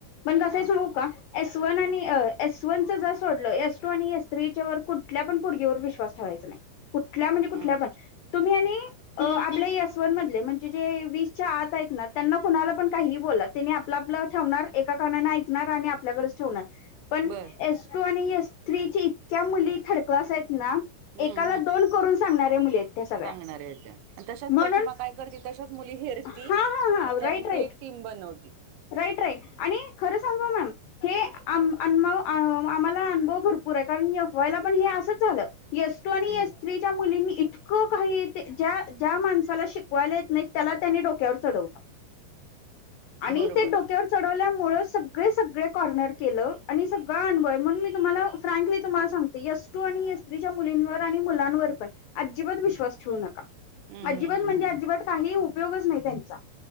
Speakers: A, on the left; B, on the right.
A: पण कसय
B: हा
A: सांगू का एस वन आणि एस वन च जर सोडलं एस टू आणि एस थ्री च्यावर कुठल्या पण पोरगीवर विश्वास ठेवायचा चा नाय, कुठल्या म्हणजे कुठल्या
B: हम्म
A: पण तुम्ही आणि अह आपले एस वन मधले म्हणजे जे वीसच्या आत आहेत ना त्यांना कुणाला पण काहीही बोला त्यांनी आपलं आपलं ठेवणार एका कानाने ऐकणार आणि आपल्याकडच ठेवनार पण
B: बर
A: एस टू आणि एस थ्रीची इतक्या मुली थर्ड क्लास आहेत ना
B: हम्म
A: एकाला दोन करून सांगणाऱ्या मुली आहेत त्या सगळ्या
B: <unintelligible> तशच
A: म्हणून
B: प्रतिमा काय करते तशाच मुली हेरती
A: हा हा
B: आणि
A: हा
B: त्यांची
A: राईट राईट
B: एक टीम बनवती.
A: Right right. आणि खरं सांगू मॅम हे आम आम आम्हाला अनुभव भरपूर आहे कारण की एफ वाय ला पण हे असंच झालं. एस टू
B: हम्म.
A: एस थ्री च्या मुलीनी इ इतकं काही ते ज्या ज्या माणसाला शिकवायला येत नाही त्याला त्यानी डोक्यावर चढवलं आणि
B: बरोबर
A: ते डोक्यावर चढवल्यामुळे सगळे सगळे कॉर्नर केलं आणि सगळं अनभव म्हणून मी तुम्हाला फ्रँकली तुम्हाला सांग ते एस टु आणि एस थ्री च्या मुलींवर आणि मुलांवर पण अजिबात विश्वास ठेवू नका.
B: हम्म
A: अजिबात
B: हम्म हम्म
A: म्हणजे
B: हम्म
A: अजिबात काही उपयोगच नाही त्यांचा.